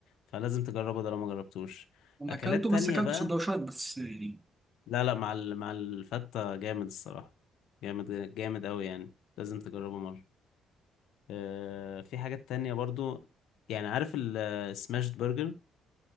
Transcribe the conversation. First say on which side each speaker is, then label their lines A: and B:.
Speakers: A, on the left; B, on the right.
A: فلازم تجربه ده لو ما جربتوش
B: انا
A: أكلات
B: اكلته بس
A: تانية
B: اكلته
A: بقى
B: سندوتشات بس يعني
A: لا لا مع ال... مع الفتة جامد الصراحة جامد جامد أوي يعني لازم تجربه مرة آه في حاجات تانية برضو يعني عارف السماشت برجر